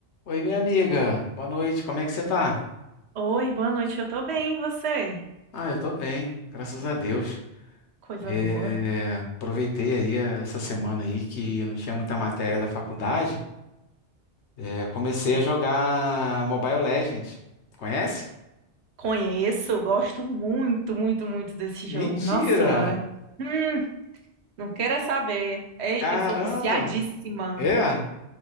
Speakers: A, on the left (about 85°); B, on the right (about 75°).
A: Oi, minha amiga. Boa noite. Como é que você tá?
B: Oi, boa noite. Eu tô bem, e você?
A: Ah, eu tô bem, graças a Deus.
B: Coisa
A: É,
B: boa.
A: aproveitei aí essa semana aí que eu não tinha muita matéria da faculdade. É, comecei a jogar Mobile Legends. Conhece?
B: Conheço, gosto muito, muito, muito desse
A: Mentira!
B: jogo. Nossa Senhora. Hum, não queira saber. Ei,
A: Caramba!
B: eu sou viciadíssima.
A: É?